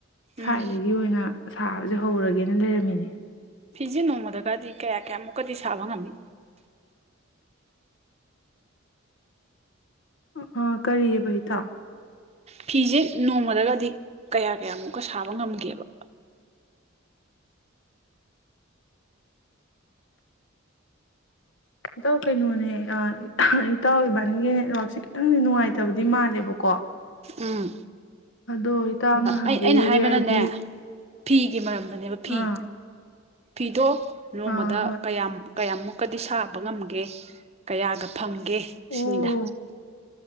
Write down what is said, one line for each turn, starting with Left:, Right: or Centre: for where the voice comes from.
Left: ꯁ꯭ꯋꯥꯥꯏꯗꯒꯤ
Right: ꯎꯝ
Left: ꯑꯣꯏꯅ ꯁꯥꯕꯁꯦ ꯍꯧꯔꯒꯦꯅ ꯂꯩꯔꯝꯃꯤꯅꯦ
Right: ꯐꯤꯖꯦ ꯅꯣꯡꯃꯗꯒꯗꯤ ꯀꯌꯥ ꯀꯌꯥꯃꯨꯛꯀꯗꯤ ꯁꯥꯕ ꯉꯝꯃꯤ
Left: ꯑ ꯑꯥ ꯀꯔꯤꯑꯕ ꯏꯇꯥ
Right: ꯐꯤꯖꯦ ꯅꯣꯡꯃꯗꯒꯗꯤ ꯀꯌꯥ ꯀꯌꯥꯃꯨꯛꯀ ꯁꯥꯕ ꯉꯝꯒꯦꯕ
Left: ꯑꯗꯨꯝ ꯀꯩꯅꯣꯅꯦ ꯑꯥ ꯏꯇꯥꯎ ꯏꯕꯥꯅꯤꯒꯤ ꯅꯦꯠꯋꯥꯛꯁꯦ ꯈꯤꯇꯪꯗꯤ ꯅꯨꯡꯉꯥꯏꯇꯕꯗꯤ ꯃꯥꯜꯂꯦꯕꯀꯣ
Right: ꯎꯝ
Left: ꯑꯗꯣ ꯏꯇꯥꯅ ꯍꯪꯕꯤꯔꯤꯁꯦ
Right: ꯑꯩ ꯑꯩꯅ ꯍꯥꯏꯕꯅꯅꯦ
Left: ꯍꯥꯏꯗꯤ
Right: ꯐꯤꯒꯤ ꯃꯔꯝ ꯃꯅꯦꯕ ꯐꯤ
Left: ꯑꯥ
Right: ꯐꯤꯗꯣ ꯅꯣꯡꯃꯗ
Left: ꯑꯥ ꯍꯣꯏ
Right: ꯀꯌꯥꯝ ꯀꯌꯥꯃꯨꯛꯀꯗꯤ ꯁꯥꯕ ꯉꯝꯒꯦ ꯀꯌꯥꯒ ꯐꯪꯒ ꯒꯦ
Left: ꯑꯣ
Right: ꯁꯤꯅꯤꯗ